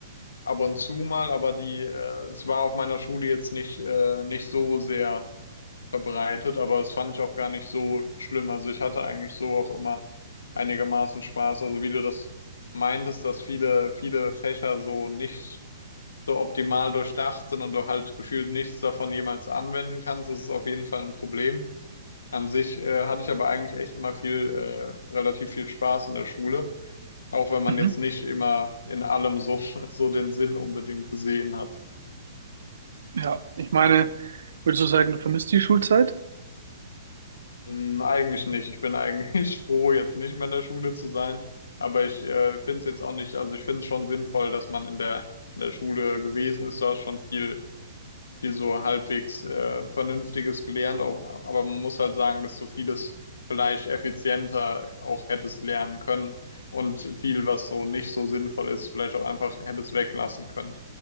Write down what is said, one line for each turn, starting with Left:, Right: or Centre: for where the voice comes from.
Left: ab und zu mal, aber die, äh, es war auf meiner Schule jetzt nicht, äh, nicht so sehr verbreitet, aber es fand ich auch gar nicht so schlimm. Also ich hatte eigentlich so auch immer einigermaßen Spaß. Also wie du das meintest, dass viele, viele Fächer so nicht so optimal durchdacht sind und du halt gefühlt nichts davon jemals anwenden kannst, das ist auf jeden Fall ein Problem. An sich, äh, hatte ich aber eigentlich echt immer viel, äh, relativ viel Spaß in der Schule, auch wenn man
Right: Mhm.
Left: jetzt nicht immer in allem so, <laughs> so den Sinn unbedingt gesehen hat.
Right: Ja, ich meine, würdest du sagen, du vermisst die Schulzeit?
Left: Hm, eigentlich nicht. Ich bin eigentlich <laughs> froh, jetzt nicht mehr in der Schule zu sein. Aber ich äh, finde es jetzt auch nicht, also ich finde es schon sinnvoll, dass man in der, in der Schule gewesen ist. Du hast schon viel, viel so halbwegs äh, Vernünftiges gelernt. Auch, aber man muss halt sagen, dass du vieles vielleicht effizienter auch hättest lernen können und viel, was so nicht so sinnvoll ist, vielleicht auch einfach hättest weglassen können.